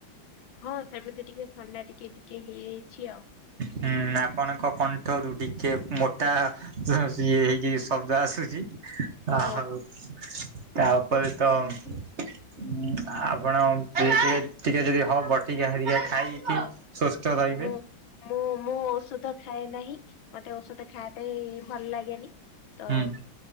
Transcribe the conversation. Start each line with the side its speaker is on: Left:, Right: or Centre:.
Left: ହଁ ସେମିତି ଟିକେ ଥଣ୍ଡା ଟିକେ ଟିକେ ହେଇଯାଇଛି ଆଉ।
Right: ହୁଁ ଆପଣଙ୍କ କଣ୍ଠ ରୁ ଟିକେ ମୋଟା ଜି ହେଇଜି ଶବ୍ଦ ଆସୁଛି
Left: ଓହୋ
Right: ଆଉ ତା ପରେ ତ ଉଁ ଆପଣ ଟେ ଟିକେ ଟିକେ ଯଦି ହବ ବଟିକା ହେରିକା ଖାଇକି ଟିକେ ସ ତ ରଇବେ।
Left: ମୁଁ ମୁଁ ମୁଁ ଔଷଧ ଖାଏ ନାହିଁ ମତେ ଔଷଧ ଖାଇବା ପାଇଁ ଭଲ ଲାଗେନି। ତ
Right: ହୁଁ